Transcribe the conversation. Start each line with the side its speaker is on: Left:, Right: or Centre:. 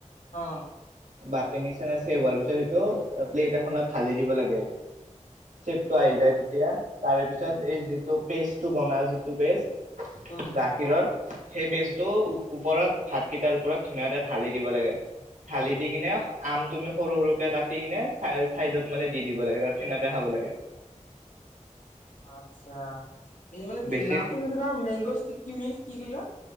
Left: অ
Right: বাতি নিচিনা চেভ হোৱাৰ পি ছত সেইটো প্লেট এখনত ঢালি দিব লাগে। চেপটো আহি যায় তেতিয়া। তাৰে পিছত, এই যিটো পেষ্টটো বনা যিটো পেষ্ট
Left: উম
Right: গাখীৰৰ, সেই
Left: উম
Right: পেষ্টটো ও ওপৰত, ভাতকেইটাৰ ওপৰত ধুনীয়াকে ঢালি দিব লাগে। ঢালি দি কিনে, আম তুমি সৰু সৰুকে কাটি কিনে চা চাইডত মানে, দি দিব লাগে। তাৰ পিছত সেনেকে খাব লাগে।
Left: আচ্ছা এনে মান কি?
Right: বেছি
Left: নামটো নিছিনা মেংগ'জ টি কি মিল্কচ্‌ কি বোলে?